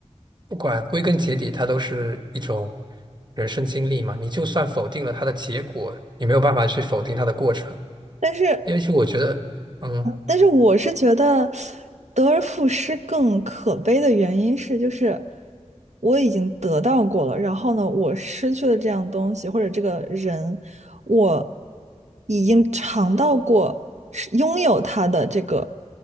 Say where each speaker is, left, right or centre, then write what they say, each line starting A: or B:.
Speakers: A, on the right (about 40°); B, on the right (about 75°).
A: 不管归根结底，它都是一种人生经历嘛。你就算否定了它的结果，你没有办法去否定它的过程，
B: 但是
A: 因为其实我觉得，嗯。
B: 但是我是觉得得而复失更可悲的原因是，就是我已经得到过了，然后呢，我失去了这样东西或者这个人，我已经尝到过是拥有他的这个